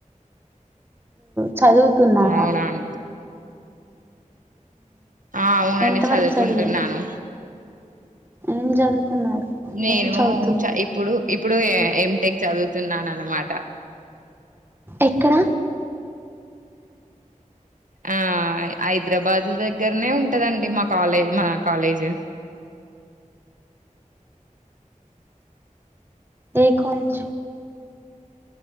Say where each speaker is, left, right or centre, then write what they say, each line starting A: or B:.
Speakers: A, on the right; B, on the right.
A: చదువుతున్నారా
B: అవునా అండి ఆ అవునండి
A: ఎంత
B: చదువుకుంటున్నాను
A: వరకు చదివారు ఏం చదువుతున్నారు
B: నేను
A: ఏం చదువుతున్నారు
B: చ ఇప్పుడు ఇప్పుడు ఎ టెక్ చదువుతున్నాన అనమాట
A: ఎక్కడ
B: ఆ హైదరాబాద్ దగ్గరనే ఉంటదండి మా కాలేజ్ మన కాలేజీ
A: లే కొజ